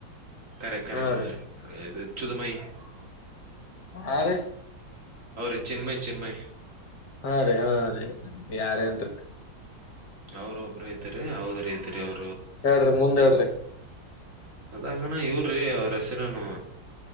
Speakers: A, on the right; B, on the left.
A: ಖರೆ ಖರೆ
B: ಹಾ
A: ಹೌದ್ರಿ.
B: ರೀ
A: ಅದು <unintelligible>
B: ಹ ರೀ.
A: ಹೌವ್ರಿ ಚಿನ್ಮಯ್ ಚಿನ್ಮಯ್.
B: ಹಾ ರೀ ಹಾ ರಿ. ಯಾರೆನ್ರಿ?
A: ಅವ್ರೊಬ್ರು ಇದ್ದಾರೆ ಅವ್ ಬರಿ ಇದ್ರಿ ಅವ್
B: ಹೇಳ್ರಿ ಮುಂದ್ ಹೇಳ್ರಿ.
A: ಅದಾಗಣ ಇವ್ರೀ ಅವ್ರ್ ಹೆಸ್ರೇನು?